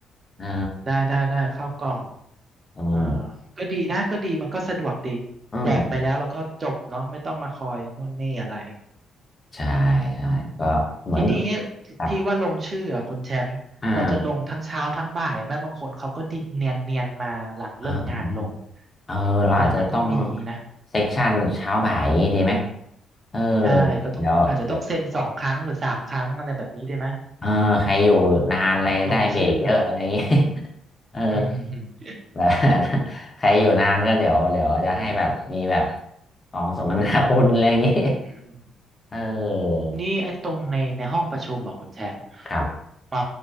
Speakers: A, on the left; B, on the right.
A: เออ
B: ได้ได้ได้ข้าวกล่อง
A: เอืม
B: เอ่าก็ดีนะก็ดีมันก็สะดวกดี
A: อืม
B: แจกไปแล้วแล้วก็จบเนาะไม่ต้องมาคอยนู่นนี่อะไร
A: ใช่
B: อืม
A: ใช่ก็เหมือน
B: ทีนี้
A: แบบ
B: ที่ว่าลงชื่ออะคุณแชมป์เราจะลงทั้งเช้าทั้งบ่ายแม่บางคนเขาก็เนียนเนียนมาหลังเลิกงานลง
A: อ่าอ่าเออเราอาจจะต้อง
B: เออมันก็มีนะ
A: เซ็กชันเช้าบ่ายอย่างนี้ดีไหมเออ
B: ใช่ก็ต้องอาจจะต้องเซ็นสองครั้งหรือสามครั้งอะไรแบบนี้ได้ไหม
A: เดี๋ยวเดี๋ยวเออใครอยู่นานอะไรได้เบรกเยอะอะไรอย่างนี้
B: ลงชื่ออ่ะ
A: <laughs> เออ
B: อืม
A: แบบ <laughs> ใครอยู่นานก็เดี๋ยวเดี๋ยวจะให้แบบมีแบบของสมนาคุณ <laughs> อะไรอย่างงี้
B: อืม
A: <laughs> เออ
B: นี่ไอ้ตรงในในห้องประชุมอ่ะคุณแชมป์
A: ครับ
B: เอ่อ